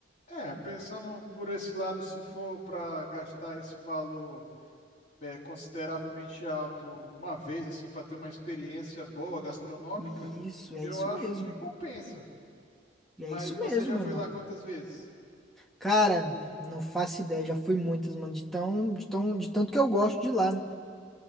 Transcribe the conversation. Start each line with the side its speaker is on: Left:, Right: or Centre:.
Left: É, pensando por esse lado, se for para gastar esse valor. é, consideravelmente alto uma vez, assim, para ter uma experiência boa gastronômica,
Centre: Isso, é
Left: eu
Centre: isso
Left: acho
Centre: mesmo.
Left: que compensa.
Centre: E
Left: Mas
Centre: é isso
Left: você
Centre: mesmo,
Left: já foi
Centre: mano.
Left: lá quantas vezes?
Centre: Cara, não faço ideia, já fui muitas, mano, de tão, de tão, de tanto que eu gosto de lá, né?